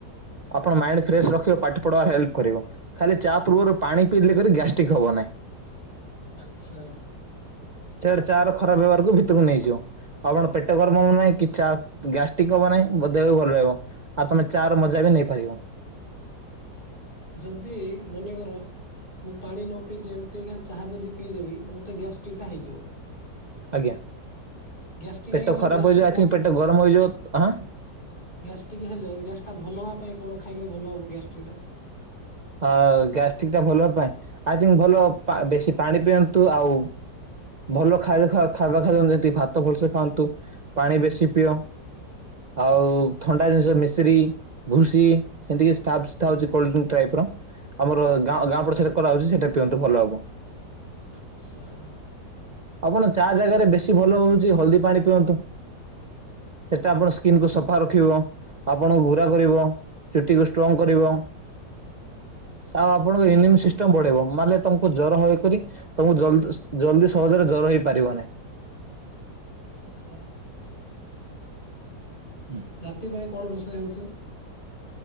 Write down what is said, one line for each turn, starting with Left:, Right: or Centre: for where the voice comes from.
Right: ଆପଣ ମାଇଣ୍ଡ ଫ୍ରେସ୍ ରଖିବ ପାଠ ପଢ଼ବା ହେଲ୍ପ କରିବ। ଖାଲି ଚା ପୂର୍ବରୁ ପାଣି ପିଇଦେଲେ କରି ଗ୍ୟାଷ୍ଟ୍ରିକ୍ ହବ ନାହିଁ।
Left: ଆଚ୍ଛା।
Right: ସେଆଡ଼ ଚାର ଖରାପ ବ୍ୟବହାରକୁ ଭିତରକୁ ନେଇଯିବ। ଆପଣ ପେଟ ଗରମ ହବ ନାହିଁ କି ଚା ଗ୍ୟାଷ୍ଟିକ ହବ ନାହିଁ ଓ ଦେହବି ଭଲ ରହିବ। ଆଉ ତମେ ଚାର ମଜା ବି ନେଇପାରିବ।
Left: ଯଦି ମନେକର ମୁଁ ପାଣି ନ ପିଇକି ଏମିତିଙ୍କା ଚାହା ଯଦି ପିଇଦେବି ମତେ ଗ୍ୟାଷ୍ଟିକଟା ହେଇଯିବ।
Right: ଆଜ୍ଞା
Left: ଗ୍ୟାଷ୍ଟ୍ରିକ୍ ହେଇଗଲେ
Right: ପେଟ ଖରାପ
Left: ଗ୍ୟାଷ୍ଟ୍ରିକ୍
Right: ହୋଇଯିବ, ଆଇ
Left: ଭଲ
Right: ଥୀଙ୍କ ପେଟ ଗରମ ହୋଇଯିବ, ହାଁ
Left: ଗ୍ୟାଷ୍ଟିକ ହେଲେ ଗ୍ୟାସଟା ଭଲ ହେବା ପାଇଁ କଣ ଖାଇଲେ ଭଲ ହବ ଗ୍ୟାଷ୍ଟିକଟା।
Right: ଅ ଗ୍ୟାଷ୍ଟ୍ରିକଟା ଭଲ ପାଇଁ, ଆଇ ଥୀଙ୍କ ଭଲ ପା ବେଶୀ ପାଣି ପିଅନ୍ତୁ ଆଉ ଭଲ ଖାଇବା <unintelligible> ଯେତିକି ଭାତ ଭଲସେ ଖାଆନ୍ତୁ। ପାଣି ବେଶି ପିଅ। ଆଉ ଥଣ୍ଡା ଜିନିଷ ମିଶ୍ରି, ଘୁସି, ସେମତି କି ଷ୍ଟାବସ୍ତା ହଉଛି କୋଲଡ୍ରିଙ୍କ ଟାଇପର। ଆମର ଗାଁଅ, ଗାଁ ପଟ ସାଇଡ଼ରେ କରାହାଉଛି ସେଟା ପିଅନ୍ତୁ ଭଲ ହବ।
Left: ଆଚ୍ଛା।
Right: ଆପଣ ଚା ଜାଗାରେ ବେଶୀ ଭଲ ହଉଛି ହଳଦୀ ପାଣି ପିଅନ୍ତୁ, ସେଟା ଆପଣ ସ୍କିନକୁ
Left: ହଉ
Right: ସ ସଫା ରଖିବ, ଆପଣଙ୍କୁ ଗୁରା କରିବ, ଚୁଟିକୁ ଷ୍ଟ୍ରଙ୍ଗ କରିବ।
Left: ଆଚ୍ଛା
Right: ଆଉ
Left: ଆଚ୍ଛା
Right: ଆପଣଙ୍କ ଏନିମି ସିସ୍ ଷ୍ଟମ୍ ବଢେଇବ ମାଲେ ତମକୁ ଜର ମଇ କରି ତମକୁ ଜଲ୍ଦିସ୍ ଜଲ୍ଦି ସହଜରେ ଜର ହେଇପାରିବ ନାହିଁ।
Left: ଆଚ୍ଛା <unintelligible>
Right: ହୁଁ
Left: ରାତି ପାଇଁ କଣ ରୋଷେଇ ହେଉଛି?